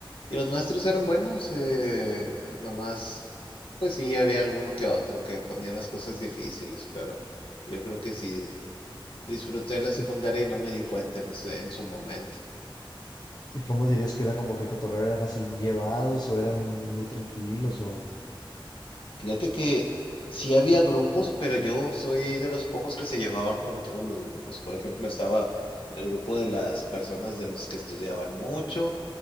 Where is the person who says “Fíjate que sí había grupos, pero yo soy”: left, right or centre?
Left